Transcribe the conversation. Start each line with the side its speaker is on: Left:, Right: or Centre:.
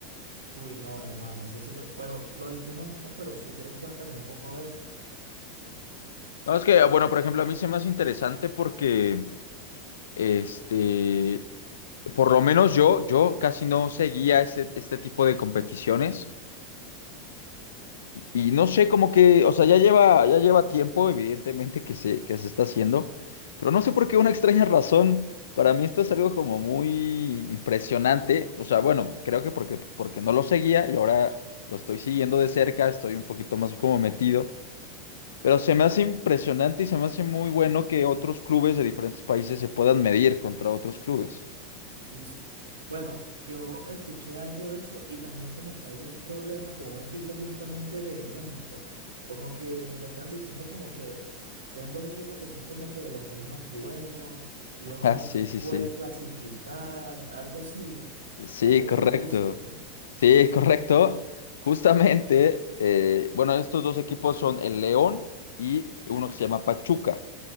Right: Uy, no, hermano, eso sí lo, pero lo desconozco, pero si quieres cuéntame un poco a ver.
Left: No, es que, bueno, por ejemplo, a mí se me hace interesante porque, este, por lo menos yo, yo casi no seguía este, este tipo de competiciones Y no sé, como que, o sea, ya lleva, ya lleva tiempo, evidentemente, que se, que se está haciendo, pero no sé por qué una extraña razón, para mí esto es algo como muy impresionante, o sea, bueno, creo que porque, porque no lo seguía y ahora lo estoy siguiendo de cerca, estoy un poquito más como metido, pero se me hace impresionante y se me hace muy bueno que otros clubes de diferentes países se puedan medir contra otros clubes.
Right: Y si- Bueno, yo escuché algo de eso y también como que hay un problema con un equipo justamente de México. Como que lo están diciendo como que son dos equipos que son como que de los mismos dueños y
Left: <laughs>
Right: uno
Left: Ah,
Right: no
Left: sí, sí,
Right: puede
Left: sí.
Right: clasificar, algo así,
Left: Sí,
Right: algo confuso.
Left: correcto.
Right: <laughs>
Left: Sí, es correcto. Justamente, eh, bueno, estos dos equipos son el León y uno que se llama Pachuca.